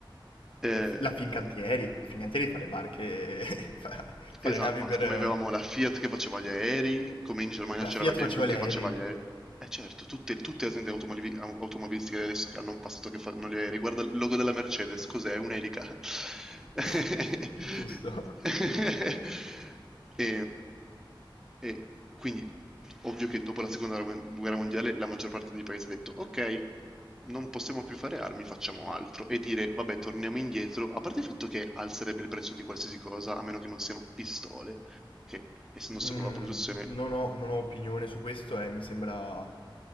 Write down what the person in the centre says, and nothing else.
Ehm,
Esa
ma
come
avevamo la Fiat che faceva gli aerei, come in Germania
c'era
la BMW
che
faceva gli aerei. Eh certo, tutte, tutte le aziende automobili- au- automobilistiche adesso che hanno un passato che fanno gli aerei. Guarda il logo della Mercedes, cos'è? Un'elica. <laughs>
E, e quindi ovvio che dopo la seconda guerra mondiale la maggior parte dei paesi ha detto ok, non possiamo più fare armi, facciamo altro e dire vabbè, torniamo indietro, a parte il fatto che alzerebbe il prezzo di qualsiasi cosa, a meno che non siano pistole, che essendo sopra
la produzione